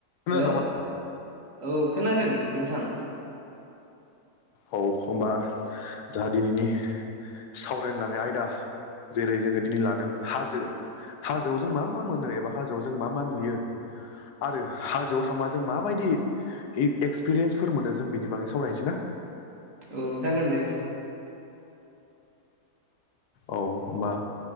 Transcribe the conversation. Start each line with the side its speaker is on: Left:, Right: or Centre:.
Left: खोनादों
Right: हेल'
Left: नामा?
Right: औ खोनादों नोंथां
Left: औ होमबा जाहा दिनैनि सावरायनो लानाय आयदा जेरै जोङो दिनै लादों हाजो हाजोआव जों मा मा मोनो एबा हाजोआव जों मा मा नुयो आरो हाजोआव थांबा जों माबायदि एक्सपिरियेन्सफोर मोनो जों बेनि बागै सावरायनोसै ना
Right: औ जागोन दे
Left: औ होमबा